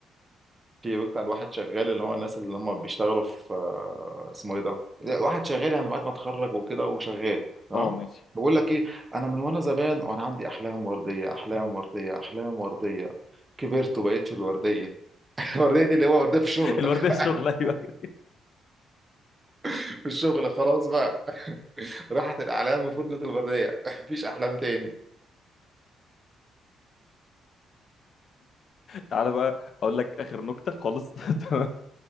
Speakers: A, on the right; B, on the left.
A: في نكتة عن واحد شغال اللي هو الناس اللي هم بيشتغلوا في آه، اسمه ايه ده؟ لا، واحد شغال يعني بعد ما اتخرج وكده وشغال تمام؟
B: اه ماشي
A: بقول لك ايه انا من وانا زمان وانا عندي احلام ورديه احلام ورديه احلام ورديه كبرت وبقيت في الورديه <laughs> الورديه دي اللي هو ورديه في الشغل
B: الورديه
A: <laughs>
B: الشغل ايوه <laughs>
A: في الشغل خلاص بقى راحت الاحلام وفضلت الورديه <laughs> مفيش احلام تاني
B: تعالى بقى اقول لك اخر نكته خالص <laughs> تمام